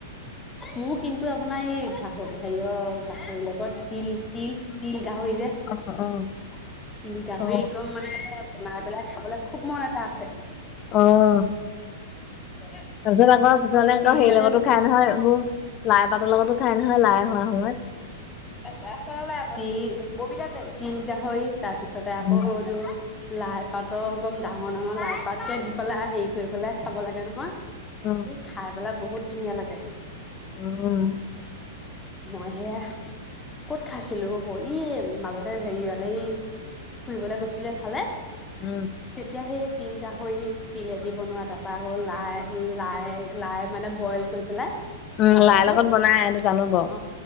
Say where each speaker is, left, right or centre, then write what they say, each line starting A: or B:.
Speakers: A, on the left; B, on the left.
A: মোৰ কিন্তু আপোনাৰ এই গাহৰি হেৰিয় গাহৰি লগত তিল তিল তিল গাহৰি যে তিল
B: অ
A: গাহৰি
B: অ অ
A: এগম মানে বনাই পেলাই খাবলে খুব মন এটা আছে।
B: আহ
A: <unintelligible>
B: তাৰপিছত আকৌ কিছুমানে আকৌ
A: তিল
B: হেৰি
A: গাহৰি
B: লগতো খাই নহয় এইবোৰ লাই পাতৰ লগতো খাই নহয় লাই অহা সময়ত
A: ৰাস্তা ওলাই পবিতাক দেগে তিল গাহৰি তাৰপিছতে আকৌ
B: উম
A: তো লাই পাত এগম ডাঙৰ ডাঙৰ লাই পাত কে দি পেলাই হেৰি কৰি পেলাই খাব লাগে নহয়। সি
B: উম
A: খাই পেলাই বহুত ধুনীয়া লাগে।
B: উম
A: মই হেয়া কত খাইছিলো বহ মাক দোৰ হেৰি হলে এই ফুৰিবলে গৈছিলে এফালে তেতিয়া
B: উম
A: সেই তিল গাহই তিল এদি বনোৱা তাৰপৰা আকৌ লাই লাই লাই মানে বইল কৰি পেলাই
B: উম
A: গাহৰিটো
B: লাই লগত বনাই এইটো জানো বাউ।
A: অ